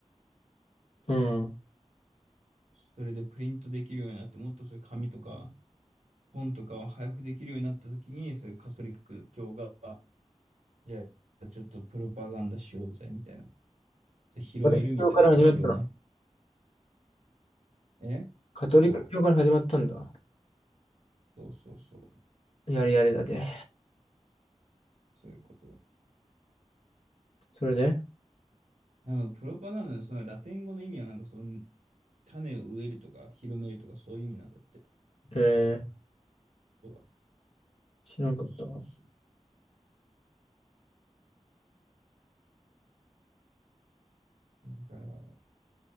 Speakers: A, on the left; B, on the right.
A: うん。
B: それでプリントできるようになって、もっとそういう紙とか本とかを配布できるようになった時に、そういうカトリック教が、じゃあちょっとプロパガンダしようぜ、みたいな。それ広めるみたいな教えをね。
A: カトリック教から始まったの。
B: えそ
A: カトリック教から始まったんだ。
B: う、そうそうそう。
A: やれやれだで。
B: そういうこと。
A: それで
B: でもプロパガンダのそのラテン語の意味はなんかその種を植えるとか広めるとかそういう意味なんだって。
A: えー、
B: そう
A: 知らんかったわ。
B: そうそう。だから、